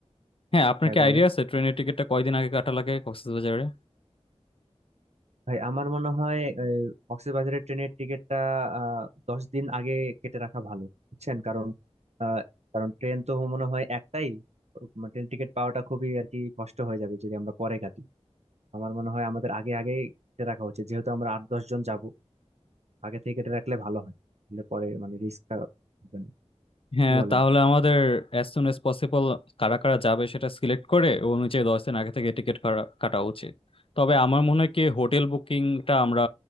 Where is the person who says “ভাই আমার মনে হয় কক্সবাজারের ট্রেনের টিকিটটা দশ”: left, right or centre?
Right